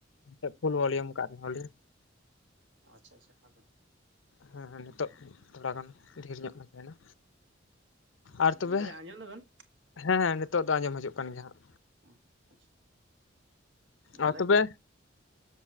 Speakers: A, on the left; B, on the right.
A: <unintelligible> ᱯᱷᱩᱞ ᱵᱷᱚᱞᱤᱭᱟᱢ ᱠᱟᱜ ᱨᱮᱦᱚ ᱞᱤᱧ᱾
B: ᱟᱪᱪᱷᱟ ᱟᱪᱪᱷᱟ ᱦᱟᱯᱮ,
A: ᱦᱮᱸ ᱦᱮᱸ ᱱᱤᱛᱚᱜ ᱛᱷᱚᱲᱟ ᱜᱟᱱ ᱰᱷᱮᱨ ᱧᱚᱜ <unintelligible> ᱛᱟᱦᱮᱱᱟ᱾ ᱟᱨ ᱛᱚᱵᱮ,
B: ᱢᱮᱱᱫᱟᱞᱤᱧ ᱟᱸᱡᱚᱢ ᱫᱟᱵᱮᱱ
A: ᱦᱮᱸ ᱱᱤᱛᱳᱜ ᱫᱚ ᱟᱸᱡᱚᱢ ᱦᱤᱡᱩᱜ ᱠᱟᱱ ᱜᱮᱭᱟ ᱦᱟᱸᱜ᱾
B: ᱦᱮᱸ ᱟᱪᱪᱷᱟ,
A: ᱟᱨ
B: ᱞᱟᱹᱭ
A: ᱛᱚᱵᱮ,
B: ᱵᱮᱱ